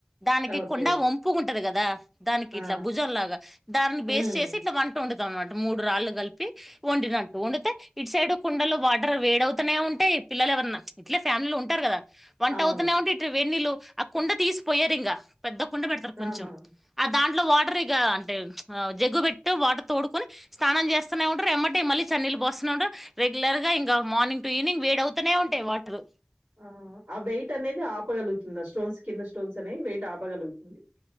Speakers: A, in the centre; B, on the right.
A: దానికి
B: ఓకే.
A: కుండ వంపుగుంటది గదా దానికిట్లా
B: ఆ!
A: భుజంలాగా, దాన్ని
B: హ్మ్.
A: బేస్ట్ చేసి ఇట్ల వంటోమ్డుతం తం అంటు మూడు రాళ్ళు గల్పి వండినట్టు వండితే ఇటు సైడ్ కుండలు వాట్ టర్ వేడవుతనే ఉంటయి పిల్లలు ఎవరన్న ఇట్లే ఫ్యామిలీలు ఉంటరు గదా వంట
B: అవును.
A: అవుతనే ఉంటే ఇట్ వెన్నీలు ఆ కుండ తీసిపోయ్యరింగా పెద్ద కుండ పెడతరు కొంచెం,
B: ఆహా!
A: ఆ దాంట్లో వాటర్ ఇగ అంటే ఆ జగ్గు బెట్టు వాటర్ తోడుకుని స్నానం చేస్తనే ఉంటారు ఏమ్మటే మల్లి చనీళ్లు పోస్తనే ఉంటరు రెగ్యులర్గా ఇంగా మార్నింగ్ టు ఈవినింగ్ వేడి అవుతనే ఉంటయి వాటర్
B: ఆ ఆ వెయిట్ అనేది ఆపగలుగుతుంద స్టోన్స్ కింద స్టోన్స్ అనేయి వెయిట్ ఆపగలుగుతుంది.